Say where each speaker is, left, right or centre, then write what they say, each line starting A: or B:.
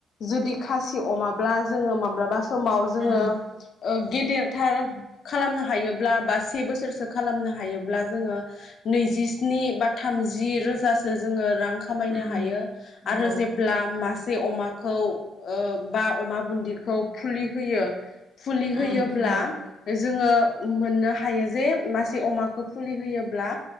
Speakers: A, on the left; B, on the right.
A: जुदि खासि अमाब्ला जोङो माब्ला बा समाव जोङो
B: उम
A: ओ गेदेरथार खालामनो हायोब्ला बा से बोसोरसो खालामनो हायोब्ला जोङो नैजिस्नि बा थामजि रोजासो जोङो रां खामायनो
B: उम
A: हायो
B: नंगौ
A: आरो जेब्ला मास बे अमाखौ ओ बा अमा बुन्दिखौ फुलि होयो। <inaudible> फुलि होयोब्ला
B: उम नंगौ
A: जोङो मोननो हायो जे मासे अमाखौ फुलि होयोब्ला